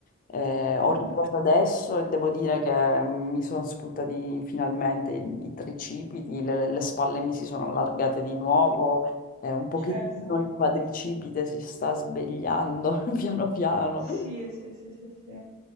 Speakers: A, on the left (about 40°); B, on the right (about 60°).
A: eh, ho
B: Mhm,
A: ripreso adesso e devo dire che mm, mi sono spuntati finalmente i, i tricipiti, le, le spalle mi si sono allargate di nuovo, eh, un pochettino
B: Certo.
A: il quadricipite si sta svegliando <laughs> piano piano.
B: Sì, sì, sì, sì, sì.